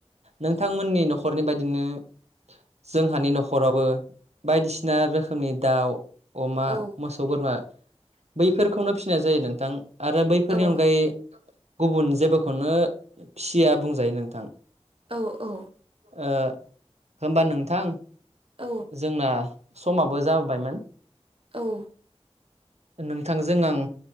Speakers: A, on the right; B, on the right.
A: नोंथांमोननि
B: औ
A: न'खरनि बायदिनो जोंहानि न'खरावबो बायदिसिना रोखोमनि दाउ, अमा
B: औ
A: मोसौ बोरमा बैफोरखौनो फिनाय जायो नोंथां आरो बैफोरनि
B: औ
A: अनगायै गुबुन जेबोखौनो फिसिया बुंजायो नोंथां।
B: औ औ।
A: ओ होनबा नोंथां
B: औ
A: जोंना समाबो जाबोबायमोन।
B: औ।
A: नोंथांजों आं